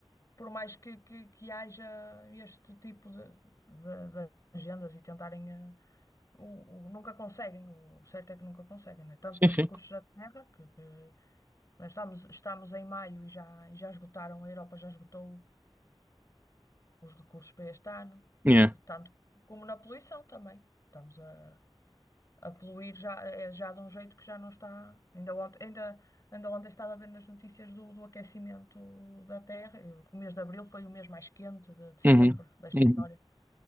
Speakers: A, on the left; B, on the right.
A: por mais que, que, que haja este tipo de, de- de agendas e tentarem, eh, o, o- nunca conseguem, o certo é que nunca conseguem, não é? Tanto
B: Sim,
A: dos
B: sim.
A: recursos da terra, que, que nós estamos, estamos em maio e já, e já esgotaram, a Europa já esgotou os recursos para este ano,
B: Yeah.
A: e tanto como na poluição também. Estamos a, a poluir já, é já de um jeito que já não está. Ainda ontem, ainda, ainda ontem estava a ver nas notícias do, do aquecimento da Terra, e o mês de Abril foi o mês mais quente de, de sempre
B: Uhum.
A: da história.
B: Uhum.